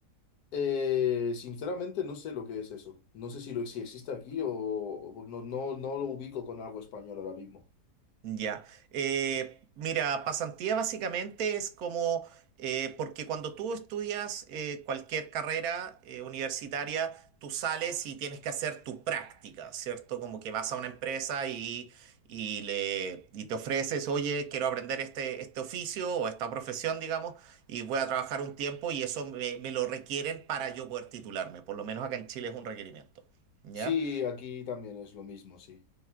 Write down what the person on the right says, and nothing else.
Ya. Eh, mira, pasantía básicamente es como, eh, porque cuando tú estudias eh, cualquier carrera eh, universitaria, tú sales y tienes que hacer tu práctica, ¿cierto? Como que vas a una empresa y, y le, y te ofreces, oye, quiero aprender este, este oficio o esta profesión, digamos, y voy a trabajar un tiempo y eso me, me lo requieren para yo poder titularme. Por lo menos acá en Chile es un requerimiento. ¿Ya?